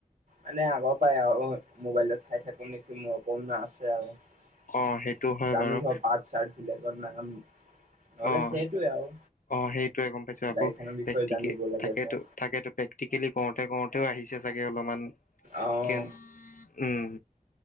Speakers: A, on the right; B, on the left.
A: মানে আগৰ পৰাই আৰু মোবাইলত চাই থাকো নেকি মোৰ অপণ আছে আৰু৷
B: অ' সেইটো হয়
A: জানো
B: বাৰু
A: ধৰ পাৰ্ট চাৰ্ট বিলাকত নাম নহলে
B: অ'
A: সেইটো আৰু
B: অ সেইটোয়ে গম পাইছো। আকৌ
A: গাড়ীখনৰ বিষয়ে
B: প্ৰেকটিকেল
A: জানিব লাগে
B: থাকেতো-থাকেতো
A: ধৰ।
B: প্ৰেক্টিকেলি কৰোতে কৰোতেও আহিছে চাগে৷ অলপমান
A: অ
B: <unintelligible> উম